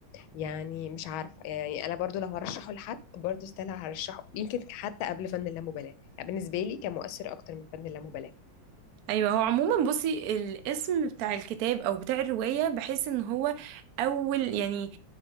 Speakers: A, on the left (about 75°); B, on the right (about 60°).
A: يعني مش عارفة يعني أنا برضو لو هرشحه لحد برضو ستيل هرشحه يمكن حتى قبل فن اللامبالاة يعني بالنسبة لي كان مؤثر أكتر من فن اللامبالاة
B: ايوه هو عموما بصي الاسم بتاع الكتاب او بتاع الروايه بحيث ان هو اول يعني